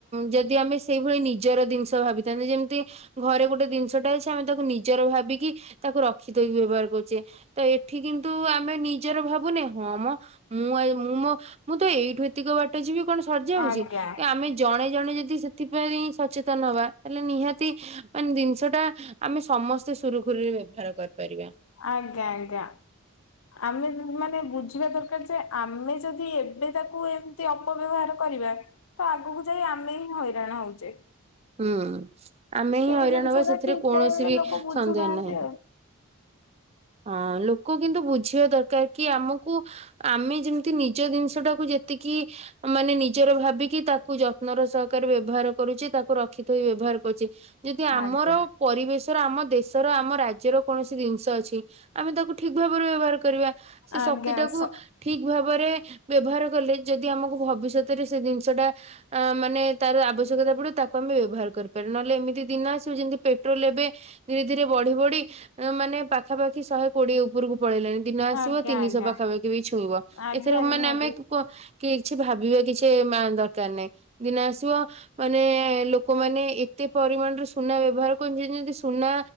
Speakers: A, on the right; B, on the left.
A: ଯଦି ଆମେ ସେଇଭଳି ନିଜର ଜିନିଷ ଭାବିଥାନ୍ତେ, ଯେମିତି ଘରେ ଗୋଟେ ଜିନିଷଟା ଅଛି, ଆମେ ତାକୁ ନିଜର ଭାବିକି ତାକୁ ରଖିତଥୋଇକି ବ୍ୟବହାର କରୁଛେ। ତ ଏଠି କିନ୍ତୁ ଆମେ ନିଜର ଭାବୁନେ। ହଁ ମ ମୁଁ ଆୟୁ ମୁଁ ମୋ, ମୁଁ ତ ଏଇଠୁ ଏତିକ ବାଟ ଯିବି କଣ ସରି ଯାଉଛି?
B: ଆଜ୍ଞା
A: ଏ ଆମେ ଜଣେ ଜଣେ ଯଦି ସେଥିପାଇଁ ସଚେତନ ହବା, ତାହେଲେ ନିହାତି ମାନେ ଜିନିଷ ଟା ଆମେ ସମସ୍ତେ ସୁରୁଖୁରୁରେ ବ୍ୟବହାର କରିପାରିବା।
B: ଆଜ୍ଞା, ଆଜ୍ଞା। ଆମେ ବି ମାନେ ବୁଝିବା ଦରକାର ଯେ, ଆମେ ଯଦି ଏବେ ତାକୁ ଏ ନ୍ତି ଅପବ୍ୟବହାର କରିବା ତ ଆଗକୁ ଯାଇ ଆମେ ହିଁ ହଇରାଣ ହଉଛେ।
A: ହୁଁ ଆମେ
B: ସେଇ
A: ହିଁ ହଇରାଣ
B: ଜିନିଷ
A: ହବା।
B: ଟା
A: ସେଥିରେ
B: ଠିକ
A: କୌଣସି
B: ଟାଇମ ରେ
A: ବି
B: ଲୋକ ବୁଝୁନାହାନ୍ତି
A: ସନ୍ଦେହ ନାହିଁ।
B: ଆଉ
A: ହଁ ଲୋକ କିନ୍ତୁ ବୁଝିବା ଦରକାର କି ଆମୁକୁ ଆମେ ଯେମିତି ନିଜ ଜିନିଷଟାକୁ ଯେତିକି ମାନେ ନିଜର ଭାବିକି ତାକୁ ଯତ୍ନର ସହକାରେ ବ୍ୟବହାର କରୁଚି। ତାକୁ ରଖିଥୋଇ ବ୍ୟବହାର କରୁଚି। ଯଦି ଆମର
B: ଆଜ୍ଞା
A: ପରିବେଶର, ଆମ ଦେଶର, ଆମ ରାଜ୍ୟର କୌଣସି ଜିନିଷ ଅଛି ଆମେ ତାକୁ ଠିକ ଭାବରେ ବ୍ୟବହାର କରିବା। ସେ
B: ଆଜ୍ଞା
A: ଶକ୍ତି ଟାକୁ
B: ସ
A: ଠିକ ଭାବରେ ବ୍ୟବହାର କଲେ ଯଦି ଆମକୁ ଭବିଷ୍ୟତରେ ସେ ଜିନିଷଟା ଆ ମାନେ ତାର ଆବଶ୍ୟକତା ପଡିବ ତାକୁ ଆମେ ବ୍ୟବହାର କରିପାରି। ନହେଲେ ଏମିତି ଦିନ ଆସିବ ଯେମିତି ପେଟ୍ରୋଲ ଏବେ ଧୀରେ ଧୀରେ ବଢି ବଢି ମାନେ ପାଖାପାଖି ଶହେ କୋଡିଏ ଉପରକୁ ପଳେଇଲେଣି। ଦିନ ଆସିବ
B: ଆଜ୍ଞା
A: ତିନିଶହ
B: ଆଜ୍ଞା
A: ପାଖାପାଖି ବି ଛୁଇଁବ।
B: ଆଜ୍ଞା
A: ଏଥରିକ
B: ନିହାତି
A: ମାନେ ଆମେ କୁହ କିଏ କିଛି ଭାବିବା କିଛି ମା ଦରକାର ନାହିଁ। ଦିନ ଆସିବ ମାନେ ଲୋକ ଲୋକୋମାନେ ଏତେ ପରିମାଣରେ ସୁନା ବ୍ୟବହାର କରୁଛନ୍ତି ଯେମତି ସୁନା